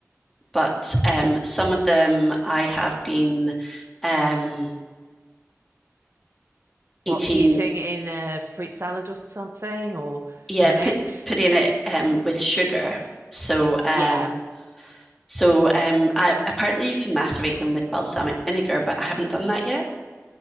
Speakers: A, in the centre; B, on the right.
A: but um some of them I have been um eating
B: What, using in a fruit salad or something or
A: yeah
B: in a
A: put
B: mix?
A: putting it um with sugar. So um
B: Yeah.
A: so um I apparently you can macerate them with balsamic vinegar, but I haven't done that yet.